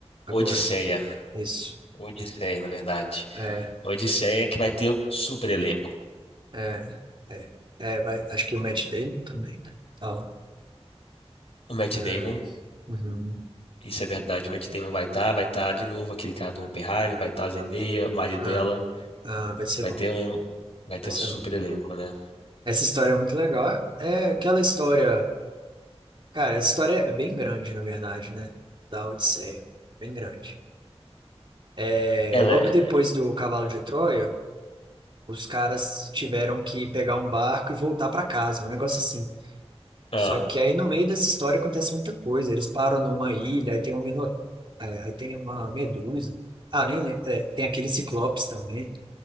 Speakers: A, on the right; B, on the left.
A: agora.
B: Odisseia.
A: Isso.
B: Odisseia, na verdade.
A: É.
B: Odisseia que vai ter o super elenco.
A: É, é, é, vai, acho que o Matt Damon também, né? Tá lá.
B: O Matt Damon,
A: É, uhum.
B: isso é verdade, o Matt Damon vai estar, vai estar de novo aquele cara do Oppenheimer, vai estar a Zendaya, o marido
A: Ah,
B: dela,
A: ah, vai ser
B: vai
A: bom,
B: ter um, vai ter
A: vai
B: um
A: ser
B: super
A: bom.
B: elenco, né?
A: Essa história é muito legal. É aquela história, cara, essa história é bem grande, na verdade, né? Da Odisseia, bem grande. É,
B: Ela
A: logo
B: é,
A: depois do Cavalo de Troia, os caras tiveram que pegar um barco e voltar para casa, um negócio assim.
B: ah,
A: Só que aí no meio dessa história acontece muita coisa. Eles param numa ilha, aí tem um mino... é, aí tem uma medusa. Ah, nem lembro. É, tem aquele ciclopes também.